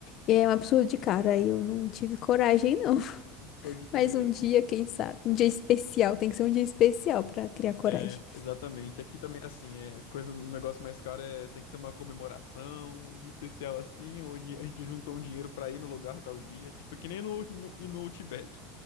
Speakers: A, on the left; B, on the left.
A: E é um absurdo de caro. Aí eu não tive coragem, não. <laughs>
B: Pode crer.
A: Mas um dia, quem sabe? Um dia especial. Tem que ser um dia especial pra criar coragem.
B: É, exatamente. Aqui também é assim, é coisa, um negócio mais caro é tem que ser uma comemoração, um dia especial assim, ou de- a gente juntou um dinheiro pra ir no lugar tal dia, tipo, é que nem no, no, e no Outback.